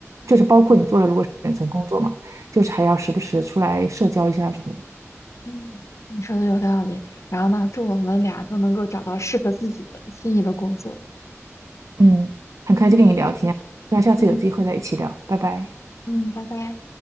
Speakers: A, on the right; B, on the left.
A: 就是包括你做了如果是远程工作嘛，
B: 嗯
A: 就是还要时不时出来社交一下什么的
B: 嗯，你说的有道理。然后呢，祝我们俩都能够找到适合自己的心仪的工作。
A: 嗯，很开心跟你聊天，
B: 嗯
A: 希望下次有机会再一起聊，
B: 嗯
A: 拜拜。
B: 嗯，拜拜。